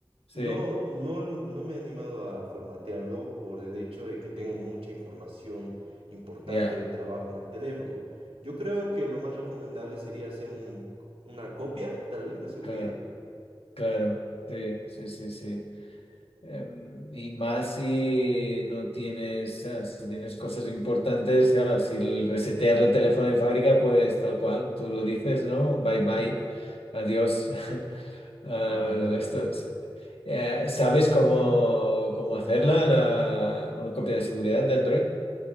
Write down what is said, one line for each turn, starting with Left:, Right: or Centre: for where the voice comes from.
Left: sí,
Right: No, no, no me he animado a formatearlo por el hecho de que tengo mucha información importante
Left: ya,
Right: de trabajo en el teléfono. Yo creo que lo más recomendable sería hacer un- una copia, tal vez, de seguridad.
Left: claro, claro, sí, sí, sí, sí. Em, y más si no tienes, ah, si tienes cosas importantes, claro, si el resetear el teléfono de fábrica, pues tal cual, tú lo dices, ¿no? Bye bye, adiós. <laughs> al
Right: Ah, ya.
Left: esto. Eh, ¿sabes cómo, cómo hacerla, la, una copia de seguridad de Android?